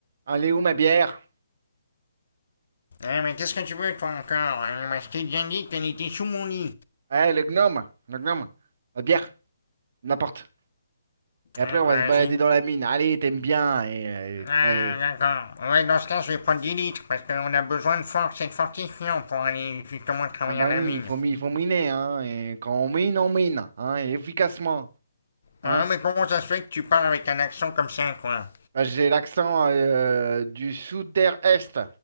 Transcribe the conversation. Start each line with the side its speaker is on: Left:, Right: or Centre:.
Right: Allez où ma bière?
Left: Eh, mais qu'est-ce que tu veux, toi, encore Eh, Moi, je t'ai déjà dit qu'elle était sous mon lit.
Right: Eh, le gnome, le gnome, la bière, n'importe. Et
Left: Ah,
Right: après, on va
Left: ah,
Right: se balader dans la mine. Allez, t'aimes bien. Et, euh,
Left: Ah,
Right: ben,
Left: d'accord. Ouais, dans ce cas, je vais prendre 10 litres, parce qu'on a besoin de force et de fortifiant pour aller justement travailler
Right: ah ben
Left: à la
Right: oui,
Left: mine.
Right: il faut, mi- il faut miner, hein. Et quand on mine, on mine, hein, et efficacement, hein.
Left: Ah, mais comment ça se fait que tu parles avec un accent comme ça, quoi
Right: Ben, j'ai l'accent euh, du sous-terre est,